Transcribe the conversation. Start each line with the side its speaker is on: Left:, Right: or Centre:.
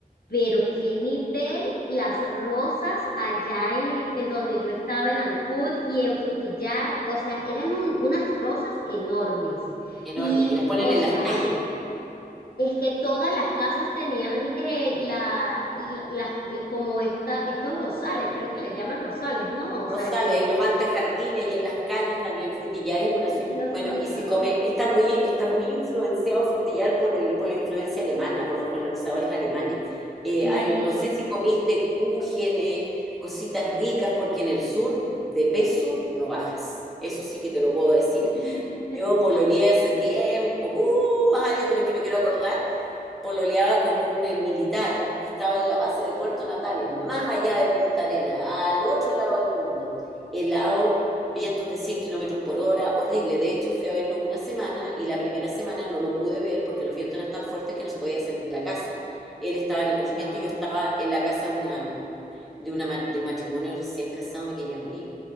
Left: pero qué nivel las rosas allá en el en donde yo estaba en Ancud y en Frutillar, o sea, eran un- unas rosas enormes.
Centre: Enorme.
Left: Y,
Centre: Y las ponen
Left: o
Centre: en
Left: sea,
Centre: las calles.
Left: es que todas las casas tenían eh, la, la- las- como esta, estos rosales, creo que le llaman rosales, ¿no? O
Centre: Rosales,
Left: sea, el...
Centre: en los antejardines y en las calles también, Frutillar es una
Left: ¡Ay,
Centre: ciudad,
Left: Dios
Centre: bueno,
Left: mío.
Centre: y se come, está muy, está muy influenciado Frutillar por el, por la influencia alemana, por los colonizadores alemanes. Eh,
Left: Sí.
Centre: hay, no sé si comiste cúgenes, cositas ricas, porque en el sur de peso no bajas. Eso sí que te lo puedo decir.
Left: <laughs>
Centre: Yo pololeé hace tiempo, ¡uh! más años de los que me quiero acordar. Pololeaba con un eh, militar que estaba en la base de Puerto Natales, más allá de Punta Arenas, al otro lado del mundo. Helado, vientos de 100 kilómetros por hora, horrible. De hecho, fui a verlo una semana y la primera semana no lo pude ver porque los vientos eran tan fuertes que no se podía salir de la casa. Él estaba en el regimiento
Left: Wow.
Centre: y yo estaba en la casa de una de, una, de un matrimonio recién casado me quería morir.